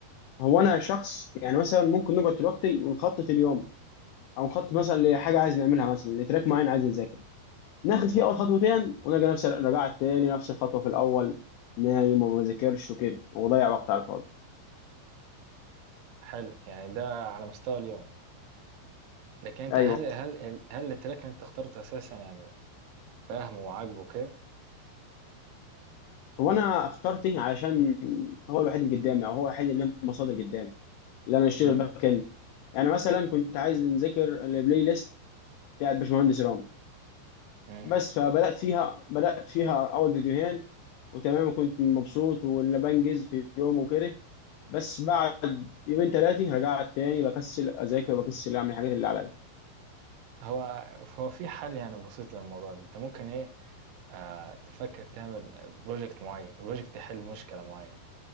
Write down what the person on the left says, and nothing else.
هو انا شخص يعني مثلا ممكن نقعد دلوقتي ونخطط اليوم او نخطط مثلا لحاجه عايز نعملها مثلا لتراك معين عايز نذاكره ناخد
فيه اول خطوتين ونلقى نفس رجعت تاني نفس الخطوه في الاول نايم وما بذاكرش وكده وبضيع وقت على الفاضي
ايوه
هو انا اخترت ايه علشان هو الوحيد اللي قدامي او هو الوحيد اللي له مصادر قدامي اللي انا اشتغل
باك اند يعني مثلا كنت عايز نذاكر البلاي ليست بتاعت باشمهندس رام
بس فبدات فيها بدات فيها اول فيديوهين وتمام وكنت مبسوط وانا بنجز في يوم وكده بس بعد يومين ثلاثه رجعت تاني بكسل اذاكر وبكسل اعمل الحاجات اللي عليا